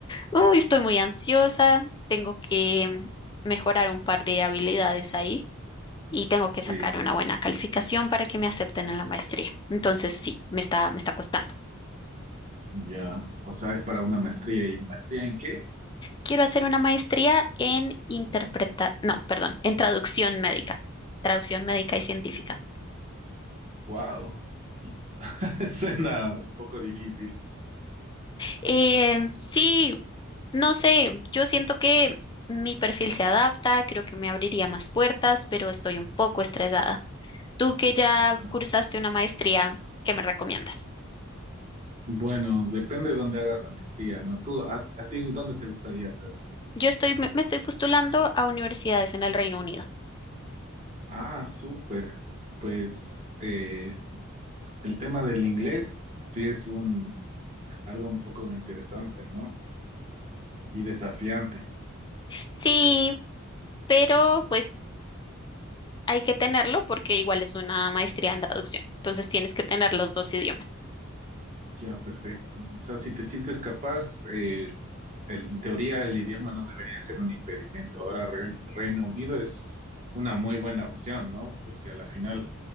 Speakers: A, on the left; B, on the right.
A: uy, estoy muy ansiosa. Tengo que mejorar un par de habilidades ahí. y tengo que
B: sí,
A: sacar una buena calificación para que me acepten en la maestría. Entonces, sí, me está, me está costando.
B: ya. O sea, es para una maestría. ¿Y maestría en qué?
A: Quiero hacer una maestría en interpreta, no, perdón, en traducción médica, traducción médica y científica.
B: Wow, <laughs> suena un poco difícil.
A: Eh, sí, no sé, yo siento que mi perfil se adapta, creo que me abriría más puertas, pero estoy un poco estresada. Tú que ya
B: Ya.
A: cursaste una maestría, ¿qué me recomiendas?
B: Bueno, depende de dónde hagas la maestría, ¿no? ¿Tú, a, a ti dónde te gustaría hacer?
A: Yo estoy, me me estoy postulando a universidades en el Reino Unido.
B: Ah, súper. Pues eh, el tema del inglés sí es un algo un poco interesante, ¿no? Y desafiante.
A: Sí, pero pues hay que tenerlo porque igual es una maestría en traducción, entonces tienes que tener los dos idiomas.
B: Ya, perfecto. O sea, si te sientes capaz, eh, el- en teoría el idioma no debería ser un impedimento. Ahora Re- Reino Unido es una muy buena opción, ¿no? Porque a la final